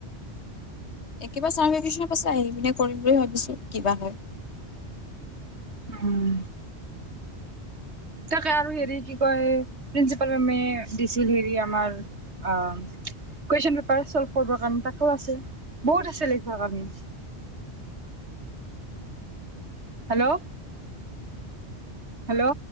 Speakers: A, on the left; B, on the right.
A: একেবাৰ <unintelligible> পাছে আহি পিনে কৰিম বুলি ভাবিছো কিবা হয়।
B: উম। তাকে আৰু হেৰি কি কয় প্ৰিন্সিপাল মেমে দিছিল হেৰি আমাৰ অ, কুৱেশ্যন পেপাৰ চল্ভ কৰিবৰ কাৰণে তাকো আছে বহুত আছে লিখিবৰ কাৰণে হেল্ল' হেল্ল'